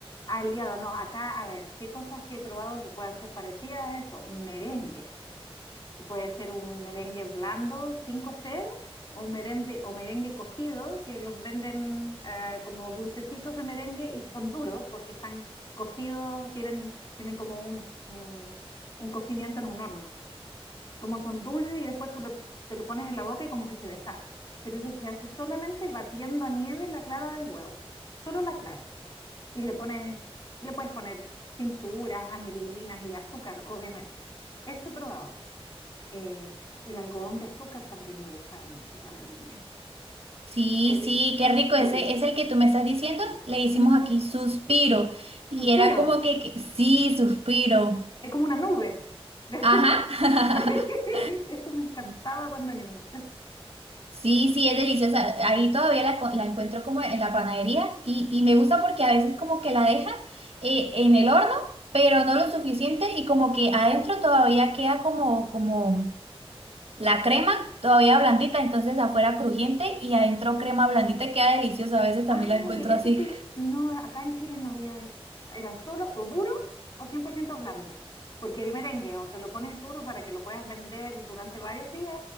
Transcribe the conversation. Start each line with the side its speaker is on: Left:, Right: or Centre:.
Left: Aliado, no, acá, a ver, ¿qué cosas que he probado que puedan ser parecidas a eso? Merengue. que puede ser un merengue blando sin cocer o merengue, o merengue cocido, que los venden eh, como dulcecitos de merengue y son duros porque están cocidos, tienen, tienen como un, un, un cocimiento en un horno. Como son dulces y después tú lo, te lo pones en la boca y como que se deshace. Pero eso se hace solamente batiendo a nieve la clara del huevo, solo la clara. Y le pones, le puedes poner tinturas, anilinas y azúcar, obviamente. Eso he probado. Eh, el algodón de azúcar también me gustaba mucho cuando niña.
Right: Sí,
Left: De- de-
Right: sí, qué rico.
Left: sí.
Right: Ese es el que tú me estás diciendo. Le hicimos
Left: Mm,
Right: aquí suspiro. Y
Left: suspiro,
Right: era como que, que- sí, suspiro.
Left: es como una nube de azúcar.
Right: Ajá.
Left: <laughs>
Right: <laughs>
Left: Eso me encantaba cuando niña.
Right: Sí, sí, es deliciosa. Ahí todavía la, co- la encuentro como en la panadería y, y me gusta porque a veces como que la dejan eh, en el horno, pero no lo suficiente y como que adentro todavía queda como, como la crema todavía blandita, entonces afuera crujiente y adentro crema blandita queda deliciosa. A veces también
Left: Ay,
Right: la encuentro
Left: eso
Right: así.
Left: sí, no, acá en Chile no había de eso. Eran solo o duros o 100% blandos. Porque el merengue o te lo pones duro para que lo puedas vender durante varios días